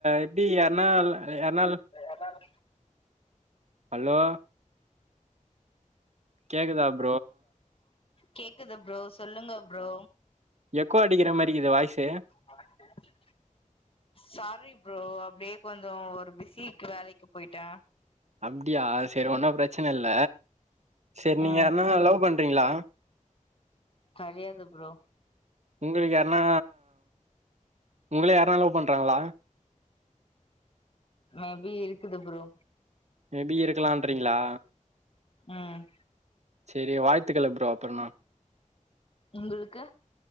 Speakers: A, on the right; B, on the left.
A: எப்டி யர்னா ல யர்னா ல
B: எல்லாரு
A: ஹலோ கேக்குதா ப்
B: கேக்குது ப்ரோ சொல்லுங்க ப்ரோ
A: எக்கோ அடிக்கிற மாரி க்கிது வாய்ஸ்சு
B: வாய்ஸு சாரி ப்ரோ அப்டியே கொஞ்ச ஒரு பிஸிக்கு வேலக்கி போய்ட்ட
A: அப்டியா சரி ஒன்னு பிரச்சன ல்ல சரி
B: ம்
A: நீங்க யார்னா லவ் பண்றீங்ளா
B: கெடயாது ப்ரோ
A: உங்களுக்கு யார்னா உங்கள யார்னா லவ் பண்றாங்ளா
B: மேபி இருக்குது ப்ரோ
A: மேபி இருக்கலான்றீங்ளா
B: ம்
A: செரி வாழ்த்துக்கள்ளு ப்ரோ அப்றன்னா
B: உங்களுக்கு